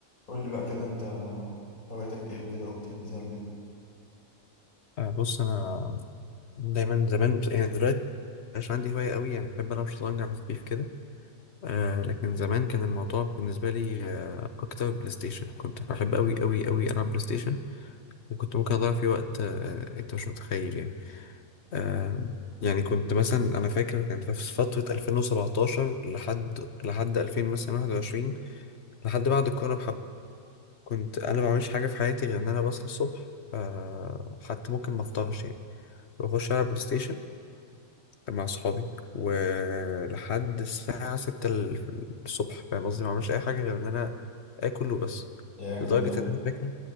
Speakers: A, on the left (about 85°); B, on the left (about 55°).
A: قول لي بقى كده انت هوايتك ايه وكده وبتحب تعمل ايه
B: آه، بص انا دايما زمان يعني دلوقتي مش عندي هوايه قوي يعني بحب العب شطرنج على خفيف كده آه لكن زمان كان الموضوع بالنسبه لي آه اكتر بلاي ستيشن كنت بحب قوي قوي قوي العب بلاي ستيشن وكنت ممكن اضيع فيه وقت آه انت مش متخيل يعني آه يعني كنت مثلا انا فاكر كان في فتره 2017 لحد لحد 2000 مثلا 21 لحد بعد الكورونا بحب كنت انا ما بعملش حاجه في حياتي غير ان انا بصحى الصبح آه حتى ممكن ما افطرش يعني بخش العب بلاي ستيشن كان مع صحابي ولحد الساعة ستة ال- الصبح فاهم قصدي ما بعملش أي حاجة غير إن أنا آكل وبس
A: يا كل
B: لدرجة
A: ده
B: إن أنا فاكر